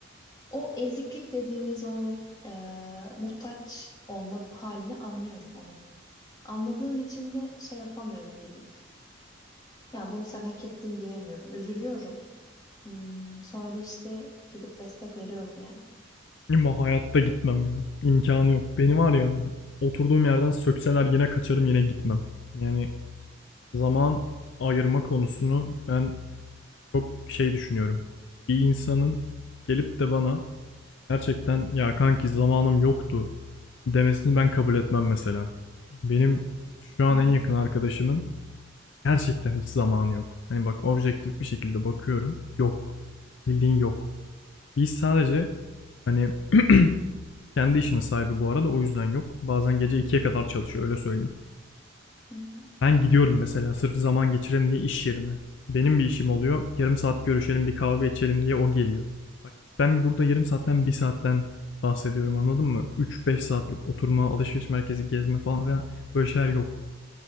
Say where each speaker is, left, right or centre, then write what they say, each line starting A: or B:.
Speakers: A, on the left; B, on the left.
A: o eziklik dediğimiz o e, muhtaç olma halini anlıyorum onun. Anladığım için de şey yapamıyorum gidip. Ya bunu sen hak ettin diyemiyorum. Üzülüyorum. Hmm, sonra da işte gidip destek veriyorum yani.
B: Ama hayatta gitmem ya. İmkanı yok. Beni var ya oturduğum yerden sökseler yine kaçarım yine gitmem. Yani zaman ayırma konusunu ben çok şey düşünüyorum. Bir insanın gelip de bana Gerçekten ya kanki zamanım yoktu demesini ben kabul etmem mesela. Benim şu an
A: Hı hı,
B: en yakın arkadaşımın gerçekten hiç zamanı yok. Hani bak objektif bir şekilde bakıyorum. Yok. Bildiğin yok. Biz sadece hani <clears throat> kendi işinin sahibi bu arada o yüzden yok. Bazen gece ikiye kadar çalışıyor öyle söyleyeyim.
A: hı hı,
B: Ben gidiyorum mesela sırf zaman geçirelim diye iş yerine. Benim bir işim oluyor. Yarım saat görüşelim bir kahve içelim diye o geliyor. Bak ben burada yarım saatten bir saatten bahsediyorum anladın mı? Üç beş saatlik oturma, alışveriş merkezi gezme falan filan böyle şeyler yok.